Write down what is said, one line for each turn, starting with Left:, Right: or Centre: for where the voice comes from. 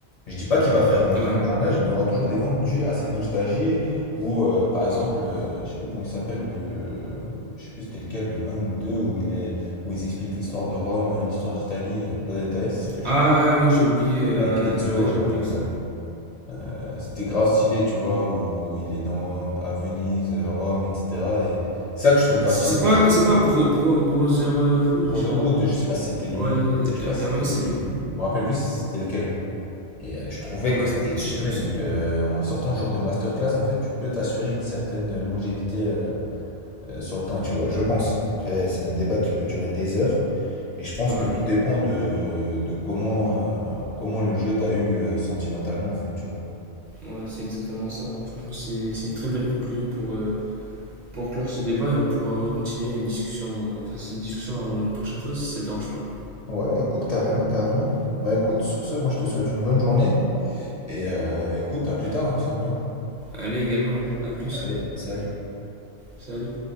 Left: Je dis pas qu'il va faire un grand
Right: ouais.
Left: carnage, mais il y aura toujours des ventes dues à cette nostalgie. Ou euh, par exemple, euh, je sais plus comment il s'appelle, le... je sais plus c'était lequel, le un ou le 2 où, il est... où ils expliquent l'histoire de Rome, euh, l'histoire d'Italie. euh, d'a- D'ailleurs, c'est ça que je
Right: Ah oui, j'ai oublié. euh,
Left: avec Ezio,
Right: ouais, j'ai oublié
Left: euh,
Right: aussi.
Left: euh, c'était grave stylé, tu vois, où il est dans à Venise, euh, Rome, etc. Et c'est ça que je trouve grave
Right: C'est
Left: stylé
Right: c'est
Left: dans
Right: pas,
Left: la série.
Right: c'est pas Bro, Bro- Brotherhood
Left: Brotherhood,
Right: ou je sais pas.
Left: je sais pas si c'était lui.
Right: Ouais,
Left: Je sais
Right: y a,
Left: pas si
Right: y a
Left: c'était
Right: un que
Left: lui.
Right: c'est lui.
Left: Je me rappelle plus si c'était lequel. Et euh, je trouvais
Right: Ouais,
Left: que c'était exceptionnel.
Right: je sais plus c'est
Left: Donc,
Right: lequel.
Left: euh, en sortant ce genre de masterclass, en fait, tu peux t'assurer une certaine longévité euh, euh, sur le temps, tu vois. Je pense. Après, c'est un débat qui peut durer des heures. Et je pense
Right: Ouais.
Left: que tout dépend de, de comment, euh, comment le jeu t'a eu euh, sentimentalement, en fait, tu vois.
Right: Ouais, c'est exactement ça. hein. Franchement, c'est c'est une très bonne conclusion pour, euh, pour clore ce débat et on pourra recontinuer une discussion, enfin cette discussion une prochaine fois si ça te dérange pas.
Left: Ouais, écoute, carrément, carrément. Bah écoute, sur ce, moi je te souhaite une bonne journée. Et euh, écoute, à plus tard, hein, tout simplement.
Right: Allez également, hein. à plus.
Left: Allez, salut.
Right: Salut.